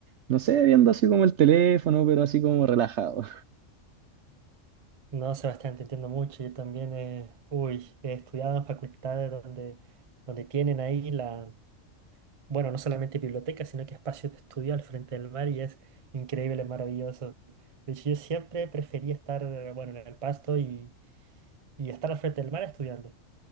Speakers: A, on the right; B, on the right.
A: no sé, viendo así como el teléfono, pero así como relajado.
B: No, Sebastián, te entiendo mucho. Yo también, eh, uy, he estudiado en facultades donde, donde tienen ahí la, bueno, no solamente biblioteca, sino que espacios de estudio al frente del mar y es increíble, maravilloso. De hecho, yo siempre prefería estar, eh, bueno, en el pasto y, y estar al frente del mar estudiando.